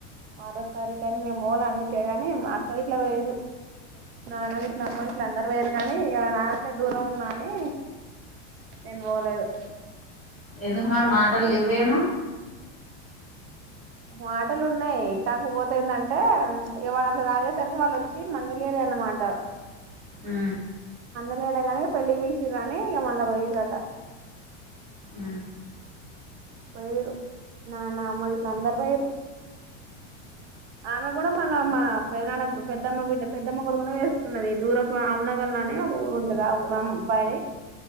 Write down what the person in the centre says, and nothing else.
ఎందుకు మరి మాటలు ఇవ్వేమో
ఆ
ఆ